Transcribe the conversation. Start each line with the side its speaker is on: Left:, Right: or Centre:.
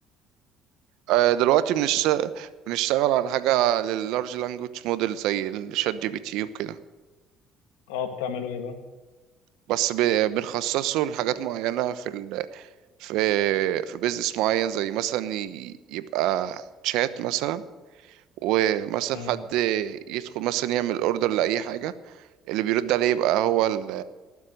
Right: آه، دلوقتي بنشت... بنشتغل على حاجة لللارج لانجوج موديل زي الشات جي بي تي وكده
Left: اه بتعملوا ايه بقى
Right: بس ب... بنخصصه لحاجات معينة في ال... في في بيزنس معين زي مثلا ي... يبقى تشات مثلا ومثلا
Left: مم.
Right: حد يدخل مثلا يعمل اوردر لأي حاجة اللي بيرد عليه يبقى هو ال